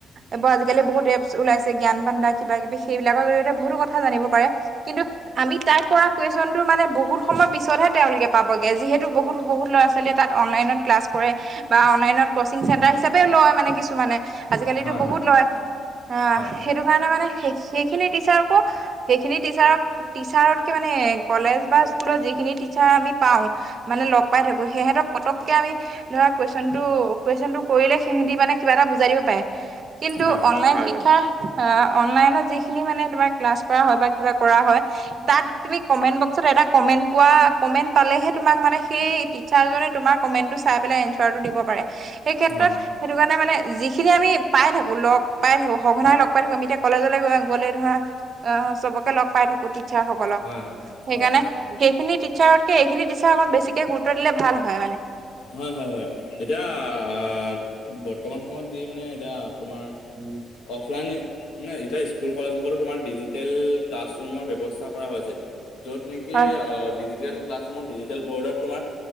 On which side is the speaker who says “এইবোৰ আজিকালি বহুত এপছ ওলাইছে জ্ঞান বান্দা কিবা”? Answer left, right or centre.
Right